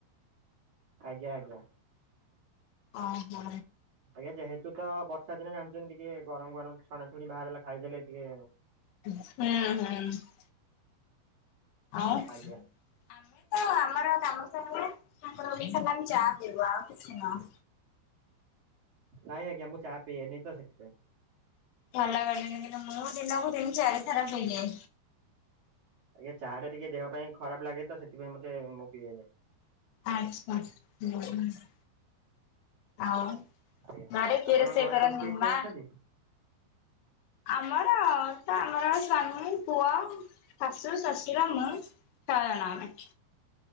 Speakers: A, on the right; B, on the left.
A: ଆଜ୍ଞା ଆଜ୍ଞା।
B: ଓହୋ।
A: ଆଜ୍ଞା। ଯେହେତୁ ତ ବର୍ଷା ଦିନ ଜାଣିଛନ୍ତି ଟିକେ ଗରମ ଗରମ ଛଣା ଛୁଣି ବାହାରେ ହେଲେ ଖାଇଦେଲେ ଟିକେ
B: ହୁଁ ହୁଁ। ଆଉ
A: ଆଜ୍ଞା।
B: ଆମେ ତ ଆମର କାମସାରିଲେ ତାଙ୍କର ଅଭ୍ୟାସ ହେଲାଣି ଚାହା ପିଇବା ଆଉ କିଛି ନୁହଁ।
A: ନାଇଁ ଆଜ୍ଞା ମୁଁ ଚା ପିଏନି ନାଇଁ ତ ସେଥିପାଇଁ।
B: ଭଲ <inaudible> କିନ୍ତୁ ମୁଁ ଦିନକୁ ତିନି ଚାରି ଥର ପି ଦିଏ।
A: ଆଜ୍ଞା। ଚାହା ଟା ଟିକେ ଦେହ ପାଇଁ ଖରାପ ଲାଗେ ତ ସେଥିପାଇଁ ବୋଧେ ମୁଁ ପିଏନି।
B: ଆଚ୍ଛା <unintelligible> ଆଉ
A: ଆଜ୍ଞା।
B: ଘରେ କିଏ
A: ଆପଣଙ୍କ
B: ରୋଷେଇ
A: ଘରେ
B: କରନ୍ତି
A: ସବୁ କିଏ କିଏ
B: ମା?
A: ଅଛନ୍ତି
B: ଆମର ତ ଆମର ସ୍ଵାମୀ ପୁଅ ଶାଶୁ ଶଶୁର ମୁଁ ଛଅଜଣ ଆମେ।